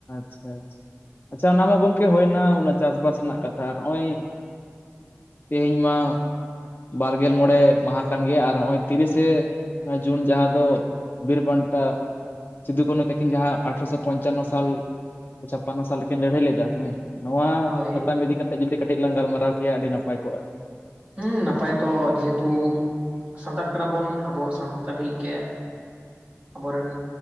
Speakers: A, on the left (about 40°); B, on the right (about 25°).
A: ᱟᱪᱷᱟ ᱟᱪᱷᱟ ᱟᱪᱷᱟ, ᱚᱱᱟ ᱢᱟ ᱜᱚᱢᱠᱮ ᱦᱳᱭᱱᱟ ᱚᱱᱟ ᱪᱟᱥ ᱵᱟᱥ ᱨᱮᱱᱟᱜ ᱠᱟᱛᱷᱟ ᱟᱨ ᱱᱚᱜ ᱚᱭ ᱛᱮᱦᱮᱧ ᱢᱟ ᱵᱟᱨᱜᱮᱞ ᱢᱚᱬᱮ ᱢᱟᱦᱟ ᱠᱟᱱ ᱜᱮᱭᱟ ᱟᱨ ᱱᱚᱜ ᱚᱭ ᱛᱤᱨᱤᱥᱮ ᱡᱩᱱ ᱡᱟᱦᱟᱸ ᱫᱚ ᱵᱤᱨ ᱵᱟᱱᱴᱟ ᱥᱤᱫᱩ ᱠᱟᱹᱱᱩ ᱛᱟᱹᱠᱤᱱ ᱡᱟᱦᱟᱸ ᱟᱴᱷᱨᱚᱥᱚ ᱯᱚᱧᱪᱟᱱᱱᱚ ᱥᱟᱞ ᱪᱷᱟᱯᱟᱱᱱᱚ ᱥᱟᱞ ᱨᱮᱠᱤᱱ ᱞᱟᱹᱲᱦᱟᱹᱭ ᱞᱮᱫᱟ ᱦᱮᱸ ᱱᱚᱣᱟ
B: ᱦᱳᱭ
A: ᱥᱟᱛᱟᱢ ᱤᱫᱤ ᱠᱟᱛᱮᱫ ᱡᱩᱫᱤ ᱠᱟᱹᱴᱤᱡ ᱞᱟᱝ ᱜᱟᱞᱢᱟᱨᱟᱣ ᱠᱮᱭᱟ ᱟᱹᱰᱤ ᱱᱟᱯᱟᱭ ᱠᱚᱜᱟ᱾
B: ᱦᱩᱸ ᱱᱟᱯᱟᱭ ᱛᱚ ᱡᱮᱦᱮᱛᱩ ᱥᱟᱱᱛᱟᱲ ᱠᱟᱱᱟ ᱵᱚᱱ ᱟᱵᱚ ᱥᱟᱱᱛᱟᱞᱤ ᱜᱮ ᱟᱵᱚ ᱨᱮᱱ